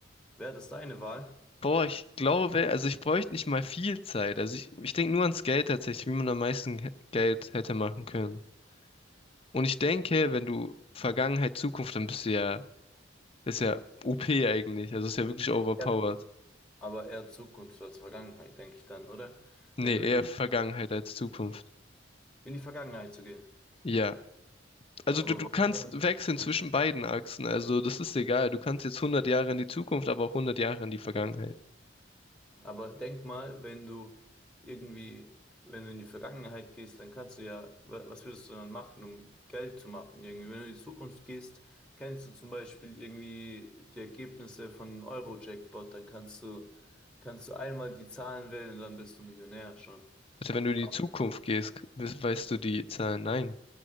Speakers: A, in the centre; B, on the left.
A: Wäre das deine Wahl?
B: Boah, ich glaube, also ich bräuchte nicht mal viel Zeit. Also ich, ich denke nur ans Geld tatsächlich, wie man am meisten he- Geld hätte machen können. Und ich denke, wenn du Vergangenheit, Zukunft, dann bist du ja, ist ja OP eigentlich. Also ist ja wirklich overpowered.
A: Ja. Aber eher Zukunft als Vergangenheit, denke ich dann, oder?
B: Nee,
A: Wenn du
B: eher Vergangenheit als Zukunft.
A: in die Vergangenheit zu gehen.
B: Ja. Also
A: Aber,
B: du, du kannst
A: warum-
B: wechseln zwischen beiden Achsen. Also das ist egal. Du kannst jetzt 100 Jahre in die Zukunft, aber auch 100 Jahre in die Vergangenheit.
A: aber denk mal, wenn du irgendwie, wenn du in die Vergangenheit gehst, dann kannst du ja, wa- was würdest du dann machen, um Geld zu machen? Irgendwie, wenn du in die Zukunft gehst, kennst du zum Beispiel irgendwie die Ergebnisse von einem Euro-Jackpot, dann kannst du, kannst du einmal die Zahlen wählen und dann bist du Millionär schon.
B: Also wenn du in die
A: Aber
B: Zukunft gehst, k- we- weißt du die Zahlen. Nein,